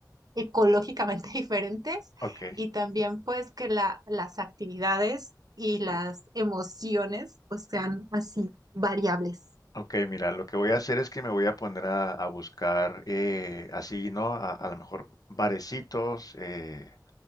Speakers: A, on the right; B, on the left.
A: ecológicamente <laughs> diferentes
B: Ok.
A: y también pues que la, las actividades y
B: Ok,
A: las emociones pues sean así variables.
B: ok, mira, lo que voy a hacer es que me voy a poner a, a buscar eh, así, ¿no? A, a lo mejor barecitos, eh,